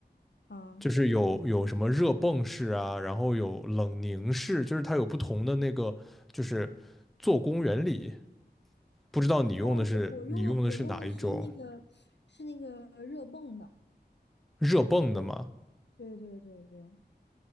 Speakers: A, on the left; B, in the centre.
A: 啊。
B: 就是有有什么热泵式啊，然后有冷凝式，就是它有不同的那个就是做工原理。不知道你用的是你用的是哪一种
A: 哦，我我用我用的是那个是那个热泵的，
B: 热泵的吗？
A: 对对对对对。